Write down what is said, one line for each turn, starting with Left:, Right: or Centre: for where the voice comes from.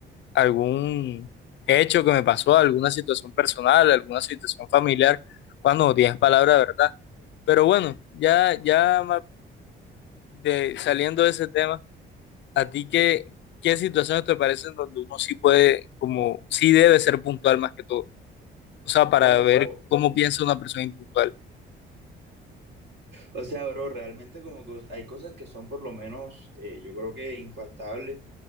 Left: algún hecho que me pasó, alguna situación personal, alguna situación familiar, cuando no tienes palabra de verdad? Pero bueno, ya, ya más de, saliendo de ese tema, ¿a ti qué, qué situaciones te parecen donde uno sí puede, como, sí debe ser puntual más que todo? O sea, para
Right: Bueno,
Left: ver
Right: bro,
Left: cómo piensa una persona impuntual.
Right: o sea, bro, realmente como que hay cosas que son por lo menos, eh, yo creo que infaltables